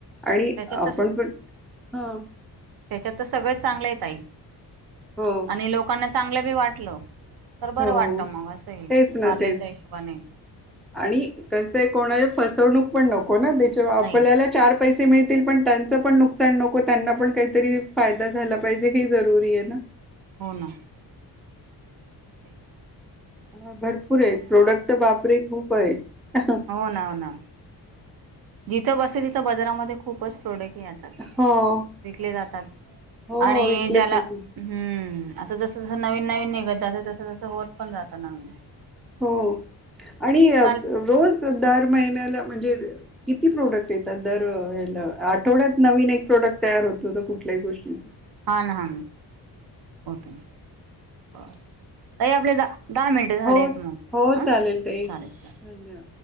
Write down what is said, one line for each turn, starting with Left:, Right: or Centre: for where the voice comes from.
Centre: आणि
Right: त्याच्यातच
Centre: आपण पण. हा!
Right: त्याच्यात त सगळच चांगलय ताई.
Centre: हो!
Right: ते लोकांना चांगलं बी वाटलं, तर बरं
Centre: हो
Right: वाटत मग असंहे
Centre: तेच ना
Right: पार्लरच्या
Centre: तेच
Right: हिशोबाने.
Centre: आणि कसय कोणाची फसवणूक पण नको ना, त्याच्या आपल्याला
Right: नाही
Centre: चार पैसे मिळतील पण त्यांच पण नुकसान नको, त्यांना पण काहीतरी फायदा झाला पाहिजे हे जरुरी हे ना.
Right: हो ना. <inaudible>
Centre: हा भरपूर हे प्रोडक्ट बापरे खूप आहेत.
Right: हो ना हो ना जिथं बसते तिथं बजारामध्ये खूपच प्रोडक्ट हे आतात,
Centre: हो
Right: विकले जातात
Centre: हो
Right: आणि
Centre: विकले
Right: ज्याला
Centre: जाते
Right: हूं आता जसं जसं, नवीन नवीन, निघत जात तस तस, होत पण जातं नवीन.
Centre: हो आणि
Right: चालेल
Centre: रोज दर महिन्याला म्हणजे किती प्रोडक्ट येतात दर ह्याला आठवड्यात नवीन एक प्रोडक्ट तयार होतो तर कुठल्याही गोष्टीच.
Right: हा ना हा होतो ना ताई आपले द दहा मिनिट हे
Centre: हो
Right: झाले मग
Centre: हो
Right: हं
Centre: चालेल ताई
Right: चालेल
Centre: धन्यवाद.
Right: चालेल.